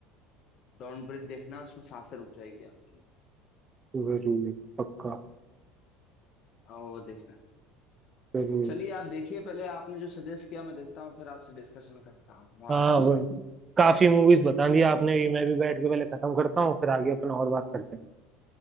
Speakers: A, on the left (about 40°); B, on the right (about 20°).
A: डॉन ब्रीथ देखना उसमें सांसें रुक जाएगी आपकी
B: जरूर पक्का
A: और वो देखना
B: जरूर
A: चलिए आप देखिए पहले आपने जो सजेस्ट किया मैं देखता हूँ फिर आपसे डिस्कशन करता हूँ
B: हाँ
A: आप
B: वो काफी मूवीज
A: <clears throat>
B: बता दी आपने भी मैं भी बैठ के पहले खत्म करता हूँ फिर आगे अपन और बात करते